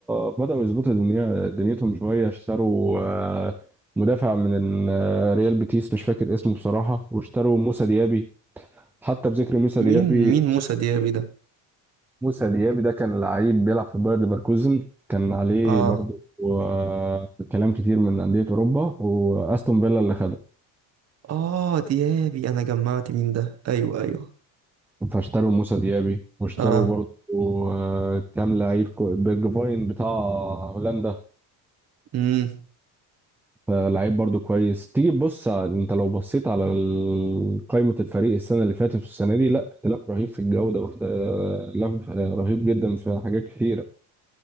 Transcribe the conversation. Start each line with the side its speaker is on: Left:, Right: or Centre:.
Centre: بداوا يظبطوا دنيا دنيتهم شويه اشتروا آه، مدافع من آه، ريال بيتيس مش فاكر اسمه بصراحه واشتروا موسى ديابي حتى بذكر موسى
Right: مين
Centre: ديابي
Right: مين موسى ديابي ده
Centre: موسى ديابي ده كان لعيب بيلعب في باير ليفركوزن كان عليه
Right: اه
Centre: برضه آه، كلام كتير من انديه اوروبا واستون فيلا اللي خده
Right: اه ديابي أنا جمعت مين ده أيوه أيوه
Centre: فاشتروا موسى ديابي واشتروا
Right: اه
Centre: برضه آه، كام لعيب كو- بيرجفاين بتاع هولندا
Right: مم.
Centre: لعيب برضه كويس تيجي تبص على- انت لو بصيت على ال- قائمة الفريق السنة اللي فاتت والسنة دي لا اختلاف رهيب في الجودة واختلاف رهيب جدا في حاجات كتيرة